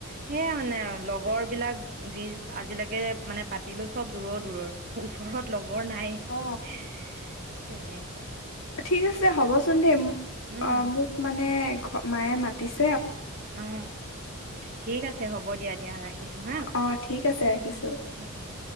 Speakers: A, on the right; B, on the left.
A: সেইয়াই মানে আৰু, লগৰ বিলাক যি আজিলৈকে মানে পাতিলো চব দূৰৰ দূৰৰ, ওচৰত লগৰ নাইয়ে
B: অ
A: তেনেকু
B: ঠিক আছে হ'বচোন দেই,
A: অঁ
B: অ', মোক মানে, মায়ে মাতিছ
A: অ', ঠিক আছে হ'ব দিয়া দিয়া ৰাখিছো হা,
B: অ' ঠিক আছে ৰাখিছোঁ।
A: উম, উম।